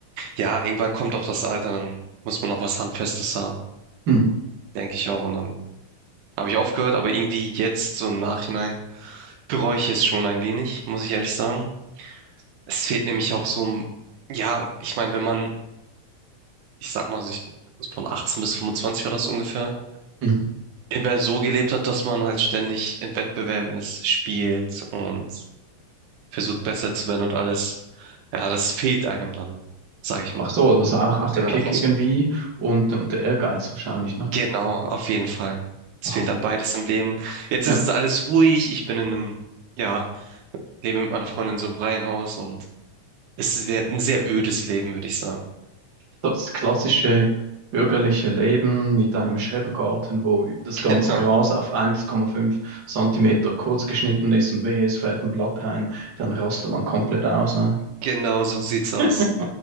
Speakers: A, on the right; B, on the right.
A: ja, irgendwann kommt auch das Alter, dann muss man auch was Handfestes haben,
B: Mhm.
A: denke ich auch und dann habe ich aufgehört, aber irgendwie jetzt so im Nachhinein bereue ich es schon ein wenig, muss ich ehrlich sagen. Es fehlt nämlich auch so, ein- ja, ich meine, wenn man ich sag mal, sich von 18 bis 25 war das ungefähr,
B: Mhm.
A: immer so gelebt hat, dass man halt ständig in Wettbewerben ist, spielt und versucht besser zu werden und alles. Ja, das fehlt einem dann, sag ich
B: Ach
A: mal,
B: so, also auch, auch
A: nachdem
B: der Kick
A: man da rauskommt.
B: irgendwie und, und der Ehrgeiz wahrscheinlich, ne?
A: Genau, auf jeden Fall. Es
B: Aha.
A: fehlt dann beides im Leben. Jetzt
B: Ja.
A: ist es alles ruhig. Ich bin in einem, ja, lebe mit meiner Freundin in so einem Reihenhaus und es ist sehr- ein sehr ödes Leben, würde ich sagen.
B: So das klassische bürgerliche Leben mit einem Schrebergarten, wo das
A: <laughs>
B: ganze
A: Genau,
B: Gras auf 1,5 Zentimeter kurz geschnitten ist und wehe, es fällt ein Blatt rein, dann rastet man komplett aus, ne?
A: genau so sieht's aus.
B: <laughs>